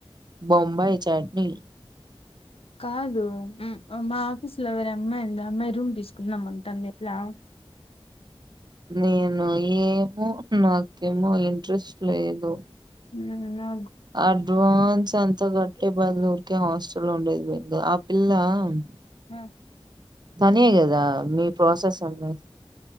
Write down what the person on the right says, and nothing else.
బొంబాయి చట్నీ.
నేను ఏమో నాకేమో ఇంట్రెస్ట్ లేదు.
అడ్వాన్స్ అంత గట్టి పది రోజులు కూడా ఏమో హాస్టల్లో ఉండది ఆ పిల్లా. అం
తనే గదా మీ ప్రాసెస్ అమ్మేది